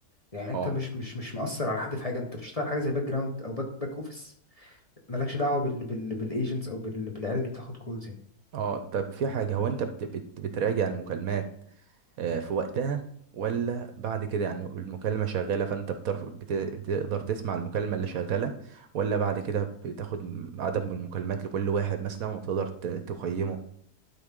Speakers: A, on the left; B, on the right.
A: يعني انت
B: اه
A: مش مش مش مؤثر على حد في حاجه انت بتشتغل حاجه زي باك جراوند او باك باك اوفيس مالكش دعوه بال بال بالايجنتس او بال بالعيال اللي بتاخد كولز
B: اه طب في حاجة هو انت بت بت بتراجع المكالمات آه، في وقتها ولا بعد كده يعني المكالمة شغالة فانت بترف... بت... بتقدر تسمع المكالمة اللي شغالة ولا بعد كده بتاخد عدد من المكالمات لكل واحد مثلا وتقدر ت- تقيمه